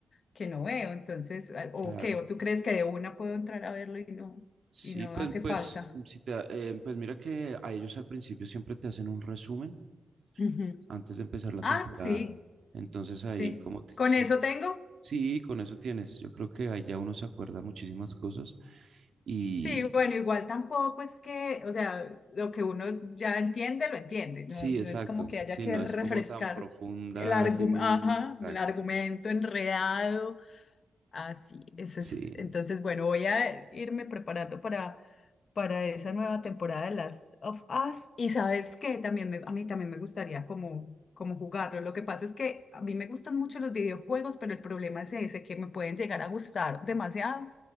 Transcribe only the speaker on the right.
Claro.
Sí,
pues,
pues,
si te, da- eh, pues mira que a ellos al principio siempre te hacen un resumen
antes de empezar la
temporada.
Entonces
ahí como te...
Sí,
sí, con eso tienes. Yo creo que ahí ya uno se acuerda muchísimas cosas. Y
sí,
exacto.
Sí,
no
es como tan profunda
así.
Exacto.
Sí.